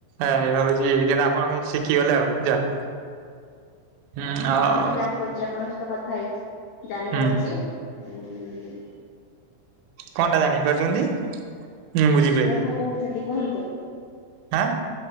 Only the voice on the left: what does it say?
ହଁ ମୁଁ ଜାଣିପାରୁଛି ଆପଣଙ୍କ ସହିତ କଥା ହେଇଛି ଜାଣିପାରୁଛି।
ଉ
ଆଉ କଣ କହୁଛନ୍ତି କୁହନ୍ତୁ